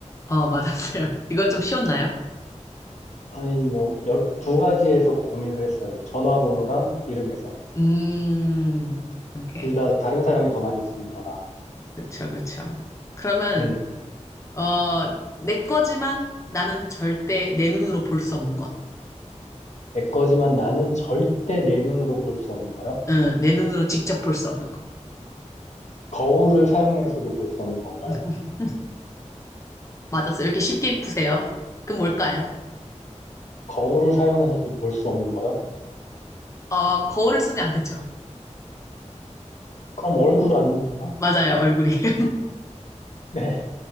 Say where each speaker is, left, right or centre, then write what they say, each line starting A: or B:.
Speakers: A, on the left (about 25°); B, on the left (about 70°).
A: 어, 맞았어요. <laughs> 이건 좀 쉬웠나요?
B: 아니, 뭐, 열, 두 가지에서 고민을 했어요. 전화번호랑 이름에서.
A: 음, 오케이.
B: 둘 다 다른 사람이 더 많이 쓰는 거라.
A: 그쵸, 그쵸. 그러면,
B: 음,
A: 어, 내 거지만 나는 절대 내 눈으로 볼 수 없는 것.
B: 내 거지만 나는 절대 내 눈으로 볼 수 없는 거요.
A: 응, 내 눈으로 직접 볼 수 없는 것.
B: 거울을 사용해서도 볼 수 없는 건가요?
A: <laughs> 맞았어요. 왜 이렇게 쉽게 푸세요? 그럼 뭘까요?
B: 거울을 사용해서도 볼 수 없는 거요?
A: 어, 거울을 쓰면 안 되죠.
B: 그럼 얼굴 아닌가?
A: 맞아요, 얼굴이. <laughs>
B: 네.